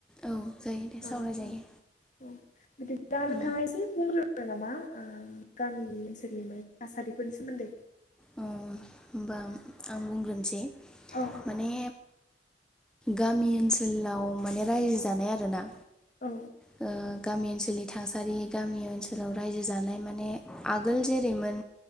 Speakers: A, in the centre; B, on the left.
A: औ जायो दे
B: हो
A: सावरायजायो
B: औ औ औ बिदिबब्ला
A: उम
B: नोंथाङा एसे बुंग्रो। नामा गामिनि ओनसोलनि माने थासारिफोरनि सोमोन्दै।
A: होमबा आं बुंग्रोनोसै
B: औ
A: माने। गामि ओनसोलाव माने रायजो जानाय आरोना।
B: औ
A: ओ गामि ओनसोलनि थासारि गामि ओनसोलाव रायजो जानाय माने आगोल जेरैमोन।